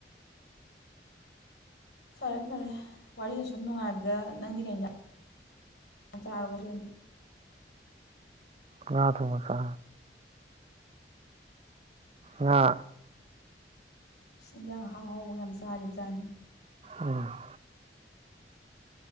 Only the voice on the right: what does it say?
ꯉꯥ ꯊꯣꯡꯕ ꯆꯥ ꯉꯥ
ꯎꯝ